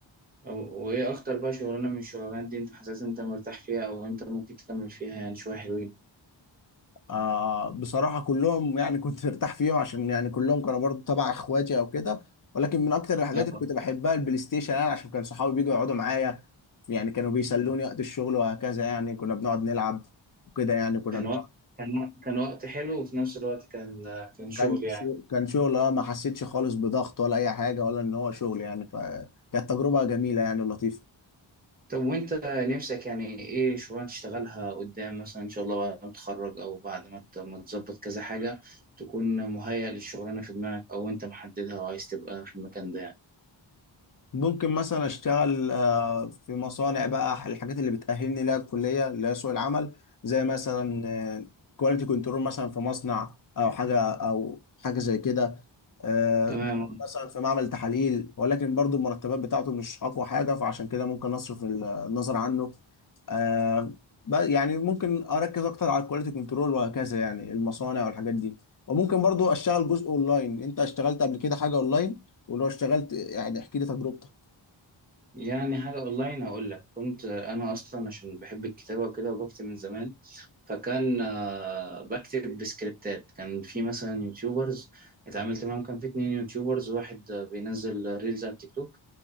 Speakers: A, on the right; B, on the left.
A: أو- وايه اكتر بقى شغلانة من الشغلانات دي انت حاسس انت مرتاح فيها او انت ممكن تكمل فيها يعني شوية حلوين
B: آه بصراحة كلهم يعني كنت مرتاح فيهم عشان يعني كلهم كانوا برضو تبع اخواتي او كده ولكن من اكتر الحاجات
A: اه
B: اللي كنت بحبها البلاي ستيشن يعني عشان كان صحابي بيجوا يقعدوا معايا يعني كانوا بيسلوني
A: آه.
B: وقت الشغل وهكذا يعني كنا بنقعد نلعب وكده يعني كنا
A: كان
B: بنقعد
A: وقت كان وقت- كان وقت حلو وفي نفس الوقت كان كان شغل
B: كان
A: يعني
B: شو... كان شغل اه ما حسيتش خالص بضغط ولا اي حاجة ولا ان هو شغل يعني فكانت تجربة جميلة يعني ولطيفة
A: طب وانت نفسك يعني ايه شغلانه تشتغلها قدام مثلا ان شاء الله بعد ما تتخرج او بعد ما ت- ما تظبط كذا حاجه تكون مهيأ للشغلانه في دماغك او انت محددها وعايز تبقى في المكان ده يعني
B: ممكن مثلا اشتغل آه، في مصانع بقى الحاجات اللي بتأهلني لها الكلية اللي هي سوق العمل زي مثلا كواليتي كنترول مثلا في مصنع او حاجة او حاجة زي كده آه،
A: تمام
B: مثلا في معمل تحاليل ولكن برضو المرتبات بتاعته مش اقوى حاجة فعشان كده ممكن اصرف ال- النظر عنه آه، ب- يعني ممكن اركز اكتر على الكواليتي كنترول وهكذا يعني المصانع والحاجات دي وممكن برضو اشتغل جزء اونلاين انت اشتغلت قبل كده حاجة اونلاين ولو اشتغلت يعني احكي لي تجربتك
A: يعني حاجه اونلاين هقول لك كنت انا اصلا عشان بحب الكتابه وكده وبكتب من زمان فكان آه، بكتب بسكريبتات كان في مثلا يوتيوبرز اتعاملت معاهم كان في اتنين يوتيوبرز واحد آه، بينزل ريلز على التيك توك